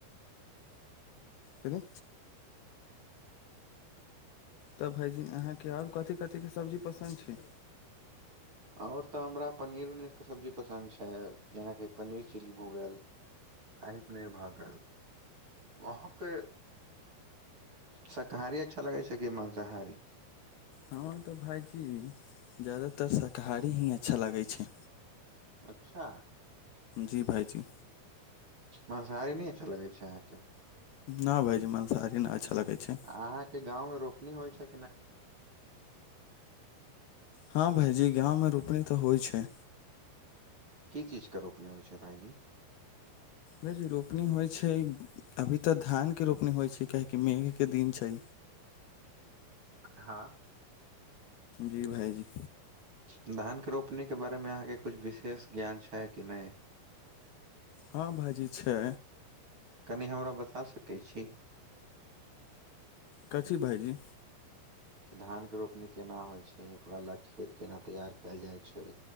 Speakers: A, on the left; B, on the right.
A: कथी तऽ भायजी अहाँके आओर कथी कथीके सब्जी पसन्द छै
B: आओर तऽ हमरा पनीर उनीरके सब्जी पसन्द छै जेनाकि पनीर चिली भऽ गेल साहिपनीर भऽ गेल अहाँके शाकाहारी अच्छा लगै छै की मांसाहारी
A: हँ तऽ भाइजी जादातर शाकाहारी ही अच्छा लागै छै
B: अच्छा
A: जी भाइजी
B: मांसाहारी नय अच्छा लगे छै अहाँके
A: ना भायजी मंसाहारी ने अच्छा लगे छै
B: अहाँके गाँव मे रोपनी होइ छै कि नय
A: हँ भायजी गाँवमे रोपनी तऽ होइ छै
B: की चीज के रोपनी होइ छै भाइजी
A: भाइजी रोपनी होइ छै अभी तऽ धान के रोपनी होइ छै काहेकि मेघ के दिन छै
B: हँ
A: जी भायजी
B: धान के रोपनी के बारे मे अहाँके कुछ विशेष ज्ञान छै कि नै
A: हँ भाइजी छै
B: कनि हमरा बता सकै छी
A: कथी भाइजी
B: कि धानके रोपनी केना होइ छै ओकरा लए खेत केना तैयार केल जाय छै